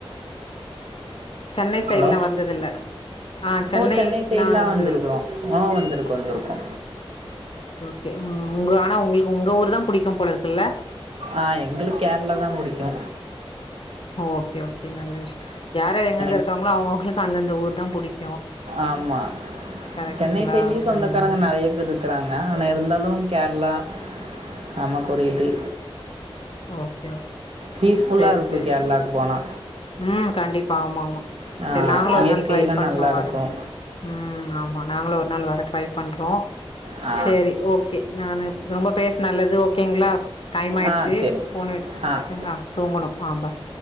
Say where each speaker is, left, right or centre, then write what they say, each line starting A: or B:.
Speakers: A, on the left (about 65°); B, on the right (about 85°).
A: சென்னை சைடெல்லா
B: ஹலோ
A: வந்ததில்ல ஆ சென்னைக்லா
B: ஓ சென்னை சைடெல்லா
A: வந்ததில்ல
B: வந்திருக்கிறோ ஓ வந்திருக்கோ வந்திருக்கோ
A: கே ம் உங்க ஆனா உங்களுக்கு உங்க ஊர்தான் புடிக்கும்போல இருக்குல்ல
B: ஆ எங்களுக் கேரளாதா புடிக்கு
A: ஓகே ஓகே நல்ல விஷ் யார் யார் எங்கங்க
B: எனக்கு
A: இருக்காங்ளோ அவுங் அவுங்களுக் அந்தந்த ஊர்தா புடிக்
B: ஆமா
A: கரெக்ட்டுங்களா
B: சென்னை சைடுலயு சொந்தக்காரங்க
A: ம்
B: நெறயா பேர் இருக்கிறாங்க ஆனா இருந்தாலு கேரளா நமக்கொரு இது
A: ஓகே ஓகே
B: பீஸ்ஃபுல்லா
A: சேரி
B: இருக்கு
A: சேரி
B: கேரளாக்கு போனா
A: ம் கண்டிப்பா ஆமாமா
B: ஆ,
A: செரி நாங்களு ஒரு
B: இயற்கையெல்லாம்
A: நாள் ட்ரை பண்றோ
B: நல்லா இருக்கும்
A: வர ம் ஆமா நாங்களு ஒரு நாள் வர ட்ரை பண்றோ
B: ஆ
A: சேரி ஓகே நானு ரொம்ப பேச நல்லதோ க்கீங்ளா டைம் ஆயிருச்சு.
B: ஆ சரி
A: <unintelligible>
B: ஆ
A: தோ உங்கணும் ஆ ஃபாய்